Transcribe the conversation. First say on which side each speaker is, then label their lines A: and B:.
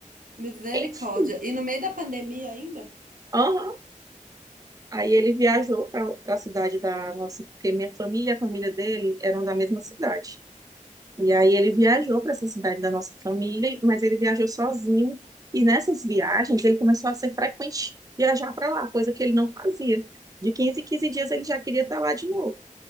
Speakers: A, on the right; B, on the right.
A: Misericórdia.
B: Enfim.
A: E no meio da pandemia ainda?
B: aham. Aí ele viajou para a cidade da nossa, porque minha família e a família dele eram da mesma cidade. E aí ele viajou para essa cidade da nossa família, mas ele viajou sozinho. E nessas viagens ele começou a ser frequente viajar para lá, coisa que ele não fazia. De 15 em 15 dias ele já queria estar lá de novo.